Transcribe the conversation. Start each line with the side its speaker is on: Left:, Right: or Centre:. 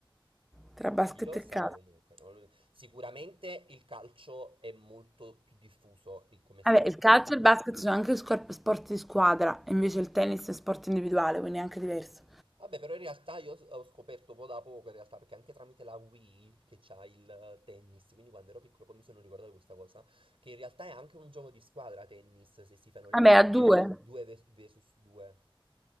Centre: tra basket
Right: Chi lo sa
Centre: e calcio.
Right: comunque, non lo- sicuramente il calcio è molto più diffuso di- come sport.
Centre: Vabbè, il calcio e il basket sono anche scor- sport di squadra, invece il tennis è sport individuale, quindi è anche diverso.
Right: Vabbè, però in realtà io s- ho scoperto poco da poco, in realtà, perché anche tramite la Wii che c'ha il eh, tennis, quindi quando ero piccolo poi mi sono ricordato di questa cosa, che in realtà è anche un gioco di squadra tennis, se si fanno le
Centre: Vabbè,
Right: partite
Centre: a due,
Right: 2 vs 2.